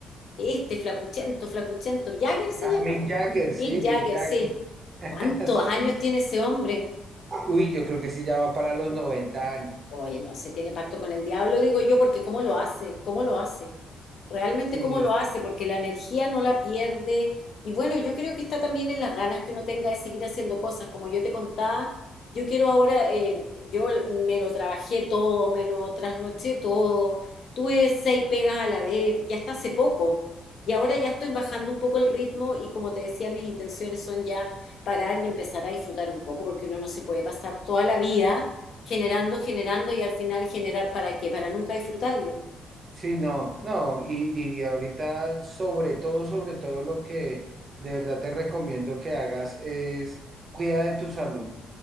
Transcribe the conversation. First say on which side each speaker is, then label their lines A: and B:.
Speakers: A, on the left; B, on the right.
A: este flacuchento, flacuchento, Jagger se
B: ah,
A: llama,
B: Mick
A: po.
B: Jagger,
A: Mick
B: sí, Mick
A: Jagger,
B: Jagger,
A: sí.
B: <laughs>
A: ¿Cuántos años
B: sí.
A: tiene ese hombre?
B: Uy, yo creo que sí ya va para los 90 años,
A: Oye, no se tiene pacto con el diablo, digo yo, porque ¿cómo lo hace? ¿Cómo lo hace? Realmente
B: sí.
A: cómo lo hace, porque la energía no la pierde. Y bueno, yo creo que está también en las ganas que uno tenga de seguir haciendo cosas. Como yo te contaba, yo quiero ahora, eh, yo me lo trabajé todo, me lo trasnoché todo, tuve seis pegas a la vez, ya hasta hace poco. Y ahora ya estoy bajando un poco el ritmo y como te decía, mis intenciones son ya parar y empezar a disfrutar un poco, porque uno no se puede pasar toda la vida generando, generando y al final generar para qué, para nunca disfrutarlo.
B: Sí, no, no, y, y ahorita sobre todo, sobre todo lo que de verdad te recomiendo que hagas es cuida de tu salud.